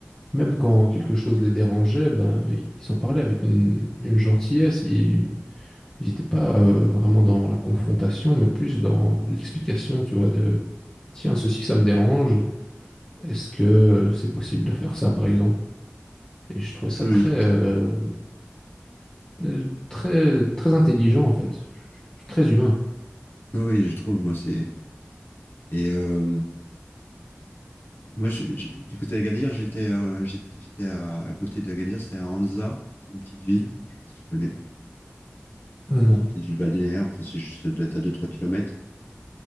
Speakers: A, on the left; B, on the left.
A: Même quand quelque chose les dérangeait, ben, ils en parlaient avec une, une gentillesse. Ils, ils n'étaient pas euh, vraiment dans la confrontation, mais plus dans l'explication, tu vois, de, tiens, ceci, ça me dérange. Est-ce que c'est possible de faire ça, par exemple? Et je trouvais ça
B: Oui,
A: très, euh,
B: oui,
A: euh, très, très intelligent, en fait. Je- je- Très humain.
B: oui, oui, je trouve, moi, c'est. Et euh, moi, je- je- du côté d'Agadir, j'étais euh, j'étais j'étais à, à côté d'Agadir, c'était à Anza, c'est une petite ville, je sais pas si tu connais. Euh,
A: Ah non.
B: c'est une petite ville balnéaire, enfin, c'est juste, ça doit être à deux, trois km.